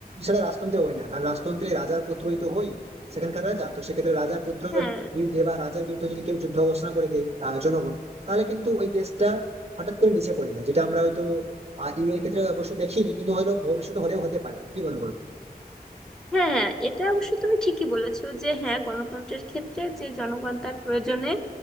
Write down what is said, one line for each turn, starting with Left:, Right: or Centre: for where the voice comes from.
Right: সেটা রাজতন্ত্রে হয় না কারণ রাজতন্ত্রে রাজার পুত্রই তো হয় সেখানকার রাজা তো সেক্ষেত্রে রাজার পুত্রের
Centre: হ্যাঁ
Right: বিরুদ্ধে বা রাজার বিরুদ্ধে যদি কেউ যুদ্ধ ঘোষণা করে দেয় আহ, জনগণ তাহলে কিন্তু ওই দেশটা হঠাৎ করে নিচে পড়ে যায় যেটা আমরা হয়তো ইউ এর ক্ষেত্রে অবশ্য দেখিনি কিন্তু হলো ভবিষ্যতে হলেও হতে পারে কি মনে করবে
Centre: হ্যাঁ হ্যাঁ এটা অবশ্য তুমি ঠিকই বলেছো যে হ্যাঁ গণতন্ত্রের ক্ষেত্রে যে জনগণ তার প্রয়োজনে